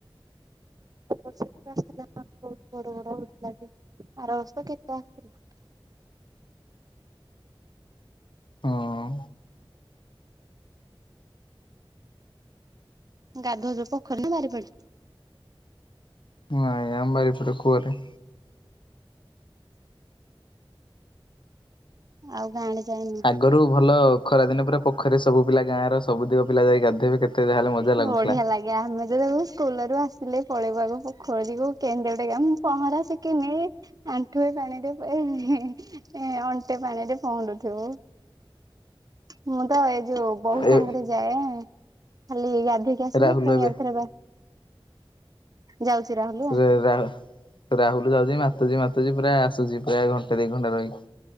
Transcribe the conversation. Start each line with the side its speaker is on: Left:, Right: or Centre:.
Right: ବର୍ଷ କୁ ବି ଆସିଥିଲା ନାମେ ବହୁତ ବଡ ବଡ ହଉଥିଲା ଆର ବର୍ଷ କେତେ ଆସିଥିଲ।
Left: ହଁ।
Right: ଗାଧଉଚ ପୋଖରୀ ନା ବାରିପଡେ?
Left: ହଁ ଆମ ଏପଟେ କୁଅରେ।
Right: ଆଉ ଗାଁ ଆଡେ ଯାଇନ?
Left: ଆଗରୁ ଭଲ ଖରାଦିନ ପୁର ପୋଖରୀ ରେ ସବୁିପିଲା ଗାଁ ର ସବୁ ଟିକ ପିଲା ଯାଇକ ଗାଧୋଇବେ କେତେ ଯାହାହେଲେ ମଜା ଲାଗୁଥିଲା।
Right: ବଢିଆ ଲାଗେ ଆମେ ତ ସବୁ ସ୍କୁଲୁ ଆସିଲେ ପଳେଇବାକୁ ପୋଖରୀକୁ <unintelligible> କାମ ପହଁରା ଶିଖିନି। ଆଣ୍ଠୁଏ ପାଣିରେ ଅଣ୍ଟେ ପାଣିରେ ପହଁରୁୁଥିବୁ। ମୁଁ ତ ଏଇ ଯୋଉ ବୋଉ ସାଙ୍ଗରେ
Left: ଏ
Right: ଯାଏ। ଖାଲି ଗାଧୋଇକି ଆସିବି
Left: ରାହୁଲ
Right: ପୁଣି
Left: ଏବେ
Right: ଆଉଥରେ ବା ଯାଉଛି ରାହୁଲ।
Left: ରେ ରାହୁ ରାହୁଲୁ ଯାଉଛି ମାତୁଛି ମାତୁଛି ପ୍ରାୟ ଆସୁଛି ପ୍ରାୟ ଘଣ୍ଟେ ଦି ଘଣ୍ଟା ରହିକି।